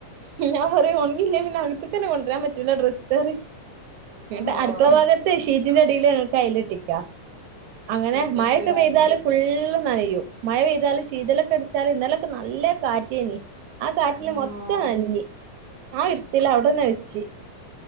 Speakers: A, on the right; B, on the right.
A: <unintelligible> ഞാന് പറയും ഒണങ്ങിയില്ലെ പിന്നെ അകത്തക്കന്നെ കൊണ്ടരാൻ പറ്റുല ഡ്രസ്സ് പറയും ഇവിടേ
B: ആഹ്
A: അടുക്കള ഭാഗത്ത് ഷീറ്റിന്റടീല് ഞങ്ങ കയ്ല് കെട്ടീക്കാ അങ്ങനെ
B: ഡ്രസ്സ്
A: മഴൊക്കെ
B: ഇടാനായിട്ട്
A: പെയ്താല് ഫുള്ള് നനയും മഴ പെയ്താല് ശീതലൊക്കെ അടിച്ചാല് ഇന്നലൊക്കെ നല്ല കാറ്റയ്നി ആ കാറ്റില്
B: ആഹ്
A: മൊത്തം നനഞ്ഞ് ഞാ എടുത്തില്ല അവിടന്നെ വെച്ച്